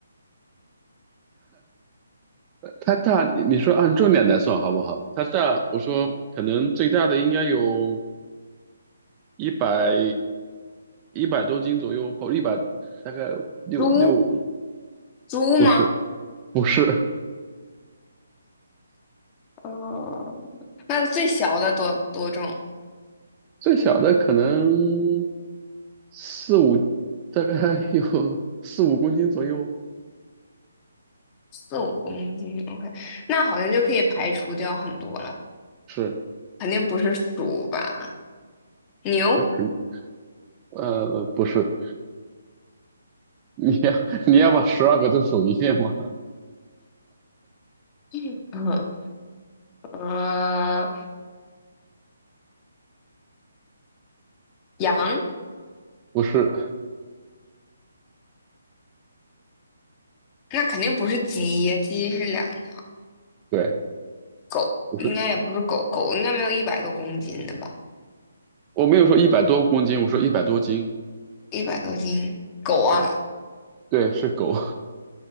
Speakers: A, on the right (about 20°); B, on the left (about 20°).
A: 它大，你说按重量来算好不好？它大，我说可能最大的应该有一百一百多斤左右，或一百大概六六，
B: 猪猪吗？
A: 不是不是，
B: 哦，那最小的多多重？
A: 最小的可能四五，大概有 <laughs> 四五公斤左右。
B: 四五公斤。OK，那好像就可以排除掉很多了，
A: 是，
B: 肯定不是鼠吧？牛，
A: 呃，肯呃不是，你要你要把十二个都数一遍吗？
B: <laughs> 嗯，呃，羊，
A: 不是，
B: 那肯定不是鸡，鸡是两条。
A: 对，
B: 狗应该也不是狗，
A: 不是，
B: 狗应该没有一百多公斤的吧？
A: 我没有说一百多公斤，我说一百多斤，
B: 一百多斤，狗啊。
A: 对对，是狗。